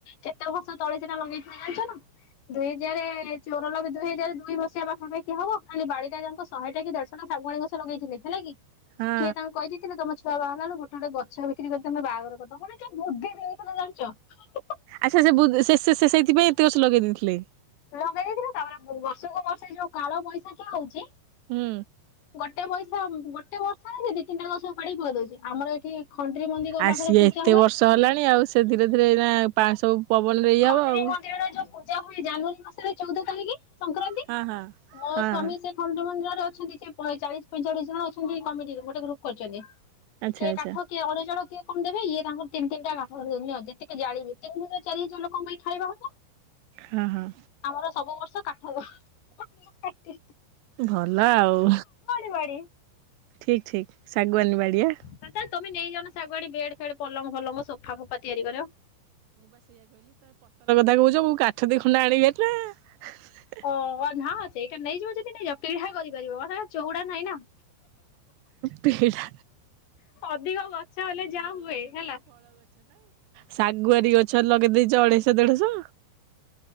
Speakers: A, on the left; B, on the right.
A: କେତେ ବର୍ଷ ତଲେ ସେଟା ଲଗେଇଥିଲେ ଜାଣିଛନା। ଦୁଇ ହଜାର ଚୋରାଲବେ ଦୁଇ ହଜାର ଦୁଇ ମସିଆ ପାଖାପାଖି ହବ ଖାଲି ବାଡିଟା ଯାକ ଶହେ ଟା କି ଦେଢଶ ଟା ଶାଗୁଆଣି ଗଛ ଲଗେଇଥିବେ ହେଲା କି?
B: ହଁ
A: କିଏ ତାଙ୍କୁ କହିଦେଇଥିଲେ ତମ ଛୁ ଛୁଆ ବା ହେଲା ବେଳୁକୁ ଗୋଟେ ଗୋଟ ଗଛ ବିକ୍ରି କରି ତମେ ବାହାଘର କର୍ଦବ। କିଏ ଏ ବୁଦ୍ଧି ଦେଇଇଥିଲା ଜାଣିଛ
B: ଆଚ୍ଛା ସେ ବୁଦ୍। ସେ ସେ ସେ ସେଇଥିପାଇଁ ଏତେ ବର୍ଷ ଲଗେଇ ଦେଇଥିଲେ।
A: ଲଗେଇ ଦେଇଥିଲୁ ତାପରେ ବର୍ଷକୁ ବର୍ଷେ ଯୋଉ କାଳ ବୈଶାଖୀ ହଉଛି।
B: ହୁଁ
A: ଗୋଟେ ପଇସା ଗୋଟେ ବର୍ଷା ହେଲେ ଦି ତିନିଟା ଗଛ ଉପଡ଼ିକି ଥୋଇ ଦଉଛି ଆମର ଏଇଠି ଖଣ୍ଣ୍ଡରୀ ମନ୍ଦିର
B: ଆଉ
A: ପାଖରେ
B: ସିଏ
A: ପୂଜା
B: ଏତେ
A: ହୁଏ,
B: ବର୍ଷ ହେଲାଣି ଆଉ ସେ ଧୀରେ ଧୀରେ ଏଇନା ପା ସବୁ ପବନରେ ଇଏ
A: ଖନ୍ଦ୍ରି
B: ହବ ଆଉ
A: ମନ୍ଦିରରେ ଯୋଉ ପୂଜା ହୁଏ ଜାନୁଆରୀ ମାସରେ ଚୋଉଦ ତାରିକି ସଂକ୍ରାନ୍ତି
B: ହଁ ହଁ
A: ମୋ
B: ହଁ
A: ସ୍ଵାମୀ
B: ହଁ
A: ସେ ଖଣ୍ଡୁମନ୍ଦିର ର ଅଛନ୍ତି ଟେ ପରେ ଚାଳିଶ ପଇଁଚାଳିଶ ଜଣ ଅଛନ୍ତି କମିଟିରୁ ଗୋଟେ ଗ୍ରୁପ ଖୋଲିଚନ୍ତି।
B: ଆଚ୍ଛା
A: କିଏ
B: ଆଚ୍ଛା
A: କାଠ କିଏ ଅନ୍ୟଜଣ କିଏ କଣ ଦେବେ ଇଏ ତାଙ୍କର ତିନ ତିିନଟା ବାପଘରୁ ଯାଇଥିଲେ ଅ ଯେତିକି ଜାଳିବେ ତିନି ହଜାର ଚାରି ହଜାର ଲୋକଙ୍କ ପାଇଁ ଖାଇବା ହବ।
B: ହଁ ହଁ
A: ଆମର ସବୁ ବର୍ ତ କାଠ
B: ଭଲ ଆଉ
A: କୁଆଡ଼େ
B: ଠିକ୍ ଠିକ୍। ଶାଗୁଆାନୀ ବାଡ଼ିଆ
A: ଦାଦା ତମେ ନେଇଯାଉନ ଶାଗୁଆଣି ବେଡ୍ ଫେଡ଼଼୍ ପଲମ ଫଲମ ସୋଫା ଫୋଫା ତିଆରି କରିଅ
B: ତା କୋଉଚ ମୁଁ କାଠ ଦି ଖୁଣ୍ଡି ଆଣିବି ହାରି ନାଁ।
A: ଓ ନା ସେଇଟା ନେଇଯିବ ଯଦି ନେଇଯାଅ ପିଢା କରିପାରିବ ଆ ହେଟା ଚୋଉଡା ନାହିଁ ନାଁ।
B: ପିଢା
A: ଅଧିକ ଗଛ ହେଲେ ଯାହା ହୁଏ ହେଲା
B: ଶାଗୁଆରୀ ଗଛ ଲଗେଇ ଦେଇଚ ଅଢେଇଶହଳ ଦେଢଶ